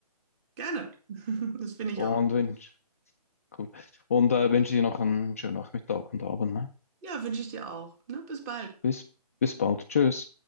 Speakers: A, on the right; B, on the left.
A: Gerne. <laughs> Das finde ich
B: Und
A: auch.
B: wenn Cool. Und äh, wünsche dir noch einen schönen Nachmittag und Abend, ne?
A: Ja, wünsche ich dir auch. Ne? Bis bald.
B: Bis, bis bald. Tschüss.